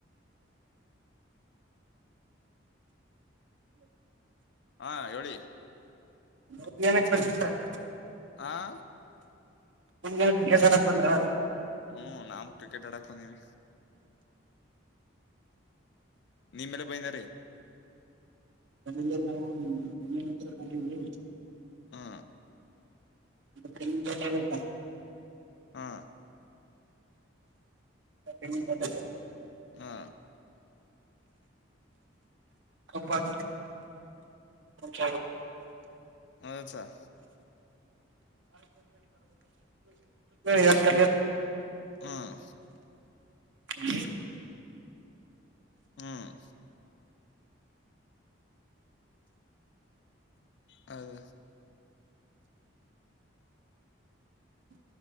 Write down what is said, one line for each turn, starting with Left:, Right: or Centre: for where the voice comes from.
Left: ಹ ಹೇಳಿ
Right: ಬದ್ಯಾನಕ್ಕೆ ಪಡ್ ಸರ್
Left: ಆಾ
Right: ಒ ತರಕ್ ಬಂದ್ರ
Left: ಹ್ಮ ನಾ ಕ್ರಿಕೆಟ್ ಆಡಾಕಂದೀವಿ ನಿಮ್ಮೆಲ್ಲ ಬೈಂದಾರೆ
Right: ನ ನಾವುನ್ನ ಬಂದವಿ
Left: ಹಾ
Right: ತೆಂಗಿನ ತೋಟ ಇದೆ ಸರ್
Left: ಹಾ
Right: ತೆಂಗಿನ ತೋಟ
Left: ಹಾ
Right: ಬ್ ಮಂಚ ಬರ್ ಜ
Left: ಹೌದ ಸ
Right: ಯ ತ
Left: ಹ್ಮ್
Right: ಹ
Left: ಹ್ಮ್ ಹೌದ
Right: ಹ